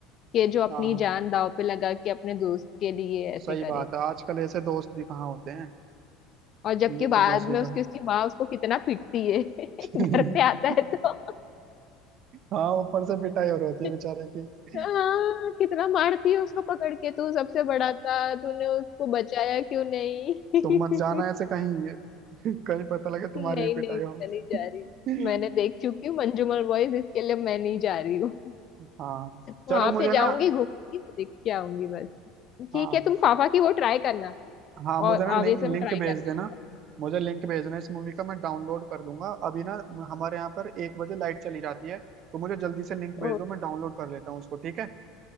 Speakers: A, on the left; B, on the right.
A: कि जो अपनी
B: हाँ
A: जान दांव पे लगा के अपने दोस्त के लिए ऐसे
B: सही
A: करे
B: बात है आजकल ऐसे दोस्त भी कहाँ होते हैं
A: और जबकि
B: ये
A: बाद
B: तो बहुत सही
A: में
B: कहा
A: उसकी उसकी माँ उसको कितना पीटती है <laughs>
B: <laughs>
A: घर पे आता है तो
B: हाँ ऊपर से पिटाई और होती है
A: <laughs>
B: बेचारे की
A: हाँ कितना मारती है उसको पकड़ के तू सबसे बड़ा था तूने उसको बचाया क्यों नहीं
B: तुम मत जाना
A: <laughs>
B: ऐसे कहीं <laughs> कहीं पता लगे तुम्हारी
A: नहीं
B: भी पिटाई
A: नहीं
B: हो
A: मैं नहीं जा रही हूँ
B: <laughs>
A: मैंने देख चुकी हूँ मंजूमल बॉयज इसके लिए मैं नहीं जा रही हूँ
B: हाँ चलो
A: वहां
B: मुझे
A: पे जाऊंगी
B: ना
A: घूमूंगी देख के आऊंगी बस
B: हाँ
A: ठीक है तुम फाफा की वो ट्राई करना
B: हाँ मुझे
A: और
B: ना लिंक
A: आवेसम
B: लिंक
A: ट्राई
B: भेज
A: करना
B: देना मुझे लिंक भेजना इस मूवी का मैं डाउनलोड कर लूंगा अभी ना हमारे यहाँ पर एक बजे लाइट चली जाती है तो मुझे जल्दी से लिंक भेज
A: ओ,
B: दो मैं डाउनलोड कर लेता हूँ उसको ठीक है